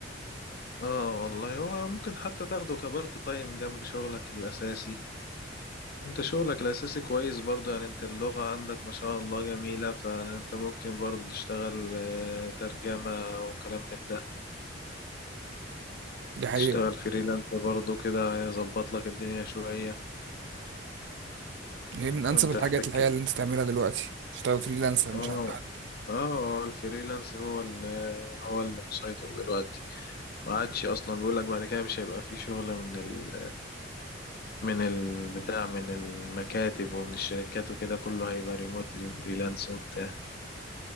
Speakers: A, on the left; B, on the right.
A: اه والله هو ممكن حتى تاخده كبارت تايم جنب شغلك الاساسي انت شغلك الاساسي كويس برضو يعني انت اللغة عندك ما شاء الله جميلة فانت ممكن برضو تشتغل آه، ترجمة وكلام من ده
B: دي حقيقه
A: تشتغل فريلانس برضه كده هيظبط لك الدنيا شوية
B: يعني هي من انسب
A: وانت
B: الحاجات
A: تحتك
B: الحقيقه اللي انت تعملها دلوقتي تشتغل فريلانسر
A: اه
B: مش عند حد
A: اه الفريلانس هو اللي هو اللي مسيطر دلوقتي ما عادش اصلا بيقول لك بعد كده مش هيبقى فيه شغل من ال... من البتاع من المكاتب ومن الشركات وكده كله هيبقى ريموتلي وفريلانس وبتاع